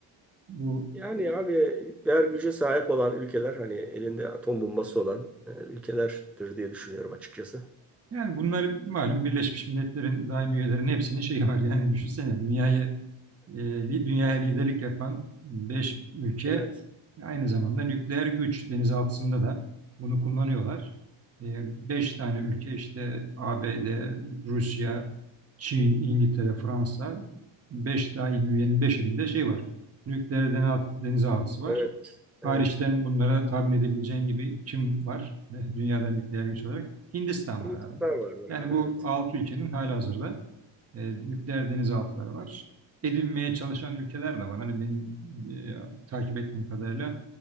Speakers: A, on the right (about 30°); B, in the centre.
A: Bu
B: Yani abi nükleer güce sahip olan ülkeler hani elinde atom bombası olan e, ülkelerdir diye düşünüyorum açıkçası.
A: yani bunlar malum Birleşmiş Milletler'in daimi üyelerinin hepsinin şeyi var. <laughs> Yani düşünsene dünyayı e, li- dünyaya liderlik yapan 5 ülke
B: Evet.
A: aynı zamanda nükleer güç denizaltısında da bunu kullanıyorlar. E, 5 tane ülke işte ABD, Rusya, Çin, İngiltere, Fransa 5 daimi üyenin beşinde şey var. Nükleer dena- denizaltısı var.
B: Evet.
A: Hariçten
B: Evet.
A: bunlara tahmin edebileceğin gibi kim var? <laughs> Dünyada nükleer güç olarak Hindistan var
B: Hindistan
A: abi.
B: vardır
A: Yani
B: abi
A: bu
B: evet.
A: 6 ülkenin halihazırda e, nükleer denizaltıları var. Edinmeye çalışan ülkeler de var. Hani benim e, takip ettiğim kadarıyla